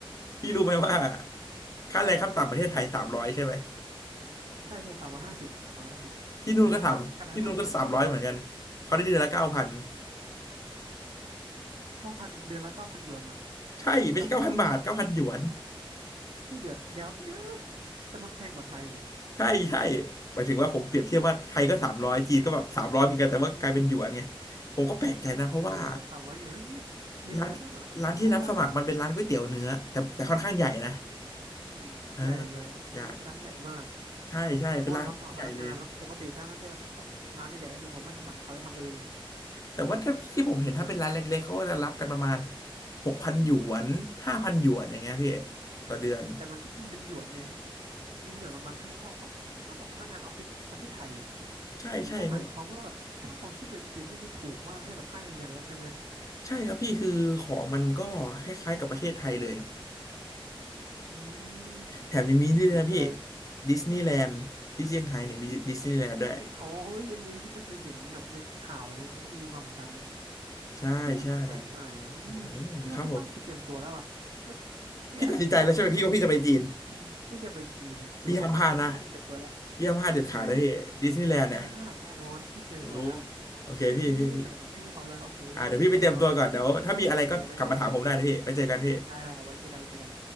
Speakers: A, on the left; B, on the right.
A: พี่รู้ไหมว่าค่าแรงขั้นต่ำประเทศไทยสามร้อยใช่ไหม
B: ใช่ ใช่สามร้อยห้าสิบสามร้อยห้าสิบประเทศไทยค่าแรงขั้นต่ำเป็นสามร้อย
A: ที่นู่นก็สามที่นู่นก็สามร้อยเหมือนกันเขาได้เดือนละเก้าพัน
B: เก้าพัน เดือนละเก้าพันหยวนเนาะ
A: ใช่ไม่ใช่เก้าพันบาทเก้าพันหยวน
B: หรือเก้าพันบาทอุ้ยเดี๋ยวเดี๋ยวเดี๋ยวแต่มันแพงกว่าไทยนี่
A: ใช่ใช่หมายถึงว่าผมเปรียบเทียบว่าไทยก็สามร้อยจีนก็แบบสามร้อยเหมือนกันแต่ว่ากลายเป็นหยวนไง
B: อืม
A: ผมก็แปลกใจนะเพราะว่า
B: โอ้โหสามร้อยหยวนเฮ้ยไม่ดีนะนั่นอ่ะหมายความว่า
A: ร้านร้านที่รับสมัครมันเป็นร้านก๋วยเตี๋ยวเนื้อแต่แต่ค่อนข้างใหญ่นะ
B: อืมอืมใหญ่ใหญ่แสดงว่าเป็นร้านใหญ่มาก
A: เออใหญ่ใช่ใช่
B: เพราะว่ารับสมัครพนักงานแล้วปกติถ้าไม่ใช่แบบร้านใหญ่ๆก็คือเขาไม่สมัครเขาจะทำเอง
A: เป็นร้านค่อนข้างใหญ่เลย แต่ว่าถ้าที่ผมเห็นถ้าเป็นร้านเล็กๆ เขาก็จะรับกันประมาณหกพันหยวนห้าพันหยวนอย่างเงี้ยพี่ต่อเดือน
B: แต่มันก็คือเงินหยวนเนี่ยเงินหยวนประมาณห้าเท่าก็เท่ากับพนักงานออฟฟิศประเทศไทยอ่ะ
A: ใช่ใช่เพราะ
B: นั่นก็หมายความว่าแบบค่าครองชีพในจีนนี่คือถูกมากเทียบกับค่าเงินเดือนแล้วใช่ไหม
A: ใช่ครับพี่คือของมันก็คล้ายๆกับประเทศไทยเลย
B: อืม
A: แถมยังมีนี่ด้วยนะพี่
B: น่าสนใจ
A: ดิสนีย์แลนด์ที่เซี่ยงไฮ้เนี่ยมีดิสนีย์แลนด์ด้วย
B: <laughs> ใช่อ๋อเอ้ยอันนี้พี่ก็เคยเห็นแบบในข่าวอะไรเขาก็มีมาเหมือนกัน
A: ใช่ใช่
B: ไม่น่าสนใจมากเลยนะอืมพี่ว่าพี่ต้องไปเตรียมตัวแล้วว่ะพี่ว่า
A: อืมครับผม
B: พี่อาจจะต้องเตรียมตัวบิน
A: พี่ตัดสินใจแล้วใช่ไหมพี่ว่าพี่จะไปจีน
B: อืมพี่จะไปจีนดูสักครั้งไม่ต้องไปเตรียมตัวแล้ว
A: พี่ห้ามพลาดนะพี่ห้ามพลาดเด็ดขาดนะพี่ดิสนีย์แลนด์เนี่ย
B: ใช่ ไม่พลาดแน่นอนพี่เตรียมตัวแล้ว
A: โอ้โหโอเคพี่พี่พี่
B: เนี่ยพี่นี่ฝากจากน้องพี่ยิ่งพร้อมแล้วโอเคพี่ต้องเตรียมตัวแล้วน้อง
A: อ่าเดี๋ยวพี่ไปเตรียมตัวก่อนเดี๋ยวถ้ามีอะไรก็กลับมาถามผมได้นะพี่ไปเจอกันพี่
B: โอเคไว้เจอกันได้ได้เอาไว้เจอกันไว้เจอกัน